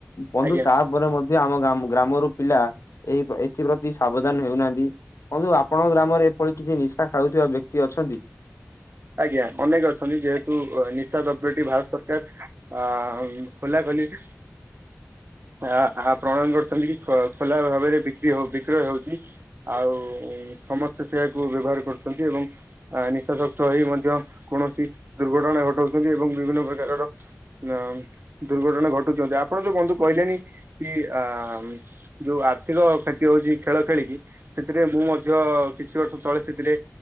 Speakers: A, on the left (about 70°); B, on the right (about 45°).
A: ବନ୍ଧୁ
B: ଆଜ୍ଞା।
A: ତାପରେ ମଧ୍ୟ ଆମ ଗାଁ ଗ୍ରାମ ରୁ ପିଲା ଏ ଏଥିପତି ସାବଧାନ ହେଉନାହାନ୍ତି ବନ୍ଧୁ ଆପଣଙ୍କ ଗ୍ରାମରେ ଏପରି କିଛି ନିଶା ଖାଉଥିବା ବ୍ୟକ୍ତି ଅଛନ୍ତି
B: ଆଜ୍ଞା ଅନେକ ଅଛନ୍ତି ଯେହେତୁ ନିଶା ଦ୍ରବ୍ୟଟି ଭାରତ ସରକାର ଅ ଖୋଲା ଖୋଲି ଆ ପ୍ରଣୟନ କରୁଛନ୍ତି କି ଖୋଲା ଭାବରେ ବିକ୍ରି ହଉ ବିକ୍ରୟ ହଉଛି ଆଉ ସମସ୍ତେ ସେ ଏହାକୁ ବ୍ୟବହାର କରୁଛନ୍ତି ଏବଂ ନିଶାସକ୍ତ ଚଳେଇ ମଧ୍ୟ କୌଣସି ଦୁର୍ଘଟଣା ଘଟଉଛନ୍ତି ଏବଂ ବିଭିନ୍ନ ପ୍ରକାରର ନା ଦୁର୍ଘଟଣା ଘଟୁଛନ୍ତି ଆପଣ ଯୋଉ ବନ୍ଧୁ କହିଲେନି କି ଆ ଯୋଉ ଆର୍ଥିକ କ୍ଷତି ହଉଛି ଖେଳ ଖେଳିକି ସେଥିରେ ମୁଁ ମଧ୍ୟ କିଛି ବର୍ଷ ତଳେ ସେଥିରେ